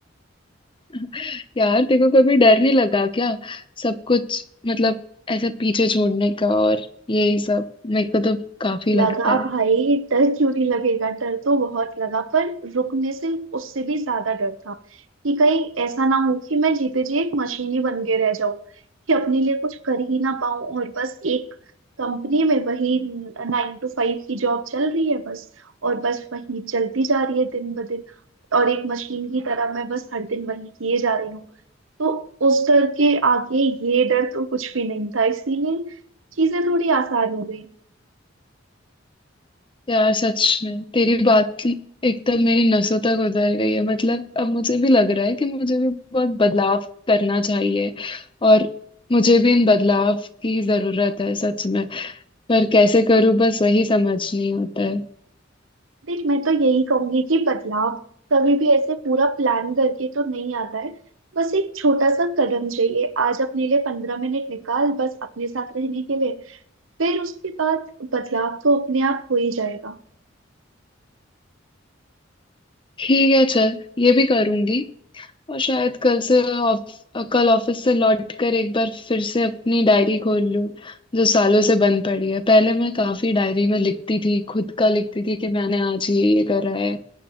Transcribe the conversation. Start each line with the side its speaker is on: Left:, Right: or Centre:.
Left: <laughs> यार तेरे को कभी डर नहीं लगा क्या सब कुछ मतलब ऐसे पीछे छोड़ने का और यही सब मेरे को तो काफी
Right: लगा
Left: लगता है
Right: भाई डर क्यों नहीं लगेगा डर तो बहुत लगा पर रुकने से उससे भी ज्यादा डर था कि कहीं ऐसा ना हो कि मैं जीते जी एक मशीन ही बन के रह जाऊं कि अपने लिए कुछ कर ही ना पाऊं और बस एक कंपनी में वही नाइन टू फाइव की जॉब चल रही है बस और बस वही चलती जा रही है दिन ब दिन और एक मशीन की तरह मैं बस हर दिन वही किए जा रही हूँ तो उस डर के आगे ये डर तो कुछ भी नहीं था इसीलिए चीजें थोड़ी आसान हो गई
Left: यार सच में तेरी बात की- एकदम मेरी नसों तक उतर गई है मतलब अब मुझे भी लग रहा है कि मुझे भी बहुत बदलाव करना चाहिए और मुझे भी इन बदलाव की जरूरत है सच में पर कैसे करूं बस वही समझ नहीं आता है
Right: देख मैं तो यही कहूंगी कि बदलाव कभी भी ऐसे पूरा प्लान करके तो नहीं आता है बस एक छोटा सा कदम चाहिए आज अपने लिए पंद्रह मिनट निकाल बस अपने साथ रहने के लिए फिर उसके बाद बदलाव तो अपने आप हो ही जाएगा
Left: ठीक है चल ये भी करूंगी और शायद कल से ऑफ, कल ऑफिस से लौट कर एक बार फिर से अपनी डायरी खोल लूं जो सालों से बंद पड़ी है पहले मैं काफी डायरी में लिखती थी खुद का लिखती थी कि मैंने आज ये ये करा है